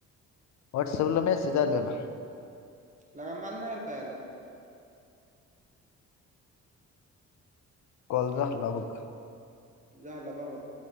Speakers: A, on the left; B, on the right.
A: व्हॉट्सअपला मेसेज आलेला.
B: लग माल नाही आहे काय याला
A: कॉल झाला बघ.
B: झालं भावा